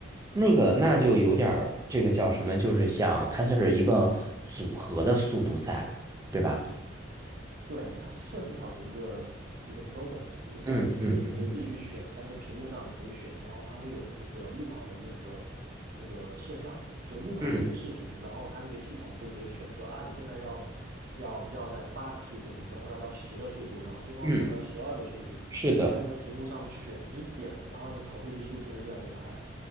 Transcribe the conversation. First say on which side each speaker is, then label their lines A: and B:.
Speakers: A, on the right; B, on the right.
A: 那个那就有点儿这个叫什么，就是像它是一个组合的速度在，对吧？
B: 对，它是设定好的一个一个 program 一个项目，
A: 嗯嗯
B: 所以你可以自己去选，它那个屏幕上你可以选，然后它会有那个录好的那个那个摄像，就录好的那个视频，
A: 嗯
B: 然后它那个系统就可以选说啊，你现在要要要在八的速度，你等会要到十的速度，然后最后你要到十二的速度，
A: 嗯，是的，
B: 你就在那个屏幕上面选你一点，然后那个跑步机速度就会越来越快。